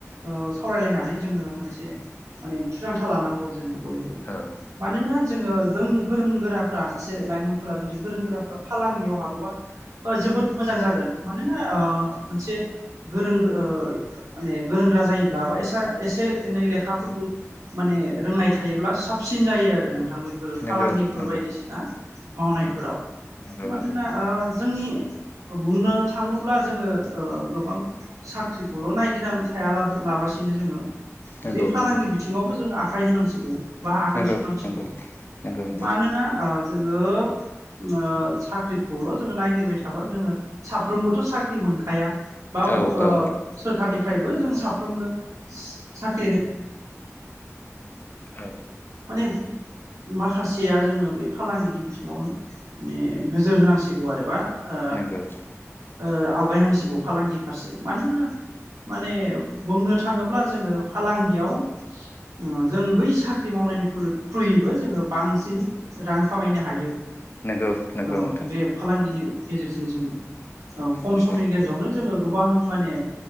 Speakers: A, on the right (about 80°); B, on the left (about 45°).
A: ओ सावरायलायनानै जोङो मोनसे माने थिरांथा लानांगौ जों बयबो
B: औ
A: मानोना जोङो जों गोरों गोराफ्रा एसे लाइमोनफोरा जुदि गोरों गोराफ्रा फालांगियाव हाबोबा ओ जोबोद मोजां जागोन मानोना ओ मोनसे गोरों दो ओ माने गोरों गोरा जायोब्ला बा एसा एसे एनै लेखाफोरबो माने रोंनाय थायोब्ला साबसिन जायो आरो नोंथां बै फोर
B: नंगौ
A: फालांगिफोर
B: नंगौ
A: बायदिसिना मावनायफोराव
B: नंगौ नंगौ
A: मानोना
B: नंगौ
A: ओ जोंनि बुंनो थाङोब्ला जोङो ओ गोबां साख्रिखौल' नायगिरनान थायाला हो ला लाबासिनो जोङो
B: नंगौ
A: बे फालांगि
B: नंगौ
A: बिथिङावबो जोङो आखाय होनांसिगौ बा आगान
B: नंगौ
A: सुरनांसिगौ
B: नंगौ नंगौ नंगौ
A: मानोना ओ जोङो ओ साख्रि खौल' जोङो नायगिरबाय थाबा जोङो साफ्रोमबोथ' साख्रि मोनखाया बा
B: औ
A: ओ
B: औ
A: सोरखारनिफ्रायबो जों साफ्रोमनो सो साख्रि हो
B: औ
A: माने माखासेया जोङो बै फालांगिनि बिथिङाव माने नोजोर होनांसिगौ आरो बा ओ
B: नोंगौ
A: ओ आवगायनांसिगौ फालांगि फारसे मानो होनब्ला माने बुंनो थाङोब्ला जोङो फालांगियाव उम जों बै साख ख्रि मावनायनिखुरै ख्रुयबो जोङो बांसिन रां खामायनो हायो
B: नंगौ नंगौ
A: औ
B: नोंथां
A: बे फालांगिनि गेजेरजों जोङो ओ खम
B: नंगौ
A: समनि गेजेरावनो जोङो गोबां माने